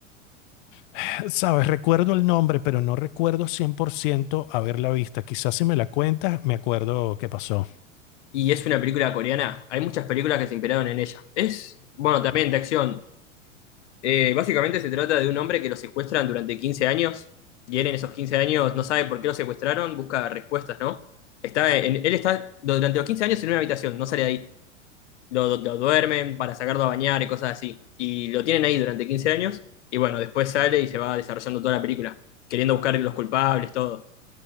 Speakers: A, on the left (about 45°); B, on the left (about 65°).
A: <sighs> Sabes, recuerdo el nombre, pero no recuerdo 100% haberla vista. Quizás si me la cuentas, me acuerdo qué pasó.
B: Y es una película coreana. Hay muchas películas que se inspiraron en ella. Es, bueno, también de acción. Eh, básicamente se trata de un hombre que lo secuestran durante 15 años y él en esos 15 años no sabe por qué lo secuestraron, busca respuestas, ¿no? Está en- él está durante los 15 años en una habitación, no sale de ahí. Lo, lo duermen para sacarlo a bañar y cosas así. Y lo tienen ahí durante 15 años y bueno, después sale y se va desarrollando toda la película, queriendo buscar los culpables, todo.